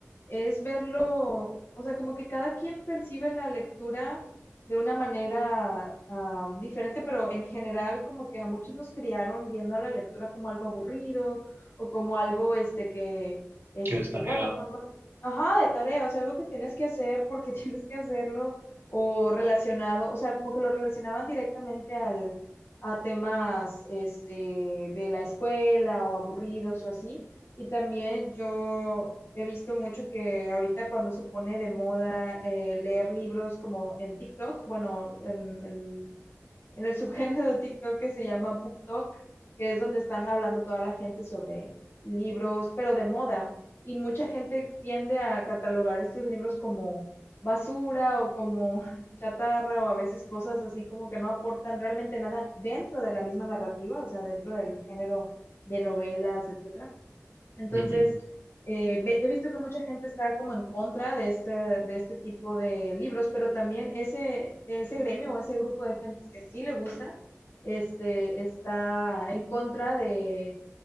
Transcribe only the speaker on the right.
que es tarea.
Ujú.